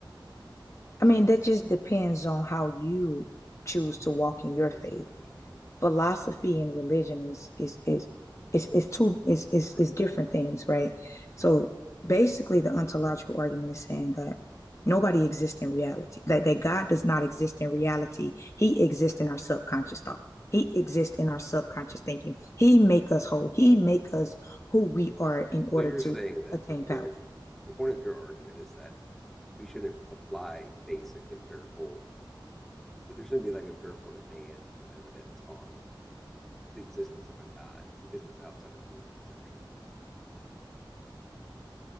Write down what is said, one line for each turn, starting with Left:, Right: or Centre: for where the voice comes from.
Left: I mean, that just depends on how you choose to walk in your
Centre: Conceptualize
Left: faith.
Centre: it. Okay,
Left: philosophy and religion is is is is is two is is
Centre: right,
Left: is different things, right? So basically the ontological argument is saying that nobody exists in reality. That that God does not exist in reality. He exists
Centre: right,
Left: in our subconscious thought. He exists
Centre: okay.
Left: in our subconscious thinking. He make us whole. He make us who we are in order
Centre: So you're saying
Left: to
Centre: that
Left: attain
Centre: the point
Left: power.
Centre: of the point of your argument is that we shouldn't apply basic empirical but there shouldn't be like empirical demands of evidence on the existence of a god because it's outside of human perception.